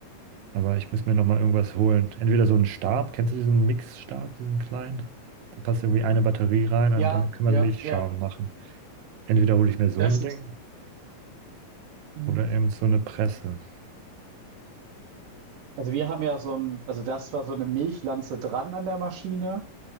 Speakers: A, on the right; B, on the right.
A: Aber ich muss mir noch mal irgendwas holen. Entweder so einen Stab, kennst du diesen Mixstab, diesen kleinen? Da passt irgendwie eine Batterie rein und
B: Ja,
A: damit kann man
B: ja,
A: Milchschaum
B: ja,
A: machen. Entweder hole ich mir so
B: das
A: ein
B: ist
A: Ding
B: mhm.
A: oder eben so eine Presse.
B: Also, wir haben ja so ein, also, das war so eine Milchlanze dran an der Maschine